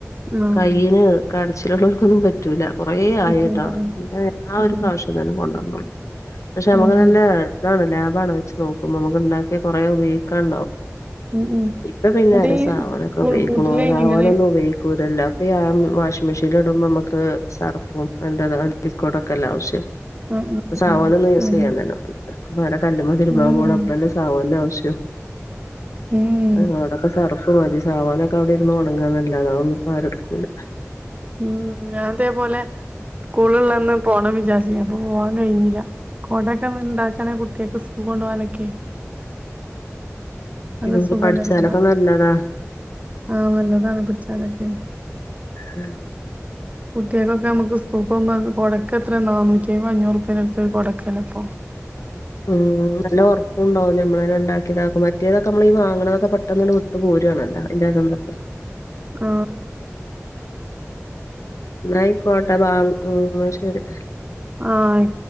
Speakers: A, on the right; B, on the left.
A: ആഹ്
B: കൈയ്യ്ന്കടച്ചില്ള്ളോൽക്കൊന്നും പറ്റൂല. കൊറെ
A: പറ്റൂലല്ലേ
B: ആയിട്ടാ പിന്നെ ആ
A: ഉം
B: ഒരു പ്രാവശ്യത്തന്നേ കൊണ്ടന്നള്ളോ പക്ഷെ നമ്മക്ക്
A: ഉം
B: നല്ല ഇതാണ് ലാഭാണ് വെച്ച് നോക്കുമ്പ നമുക്ക് ഇണ്ടാക്കിയ കൊറെ ഉപയോഗിക്കാണ്ടാവും.
A: ഉം ഉം
B: ഇപ്പ പിന്നെ
A: അത്
B: ആരാ
A: ഈ
B: സാവാനൊക്കെ
A: സ്കൂൾ
B: ഉപയോഗിക്കണു
A: പൂട്ടില്
B: സാവോനൊന്നും
A: നിങ്ങള്
B: ഉപയോഗിക്കൂല്ലല്ലോ. ഇപ്പ ആ വാഷിമെഷീനിലിടുമ്പോ നമ്മക്ക് സർഫും അന്റെ ലിക്ക് ടുംക്കെല്ലെ ആവശ്യം.
A: ആഹ്
B: പ്പം സാബൂനൊന്നും
A: ആഹ്
B: യൂസ്
A: അതെ
B: ചെയ്യണ്ടല്ലേ ഇപ്പം ആരാകല്ല് മ്മതിരുമ്പാ
A: ഉം
B: പ്പോ ണേ
A: ഉം
B: അപ്പളല്ലെ സാബൂന്റെ ആവശ്യം
A: ഉം
B: ങ്ങളോടൊക്കെ സറ മതി സാവോനൊക്കെവിടെ ഇര്ന്ന് ഉണങ്ങാന്നല്ലാതെ അന്നും ആരുട്ക്കുല
A: മ് ഞാൻതേപോലെ സ്കൂൾള്ളന്ന് പോണം വിചാരച്ചീനി അപ്പൊ പോവാൻ കഴിഞ്ഞില്ല. കോടൊക്കെ ഇണ്ടാക്കാണെ കുട്ട്യക്ക് സ്കൂൾ ക്ക്ക്കൊണ്ടാനൊക്കെ. നല്ല
B: ഉം,
A: സുഖല്ല
B: പഠിച്ചാലൊക്കെ
A: കൊട
B: നല്ലതാ
A: ആ നല്ലതാണ് പിടിച്ചാലൊക്കെ.
B: മ്
A: കുട്ടികൾക്കൊക്കെ നമുക്ക് സ്കൂൾക്കോകുമ്പ കൊടക്കത്ര നന്നൂറ്റിയമ്പോ അഞ്ഞൂറുപ്യന്റെടുത്ത ഒരു കൊടക്കെന്നപ്പൊ
B: മ്. നല്ല ഒറപ്പുണ്ടാവും നമ്മളന്നെണ്ടാക്കിയതാകു മറ്റേതൊക്കെ നമ്മളീ വാങ്ങണതൊക്കെ പെട്ടെന്നൊക്കെ വിട്ട് പോരാണല്ലോ. <unintelligible>
A: ആ.
B: ന്നയിക്കോട്ടാ ബാ ഉ ശരി.
A: ആ അയ്.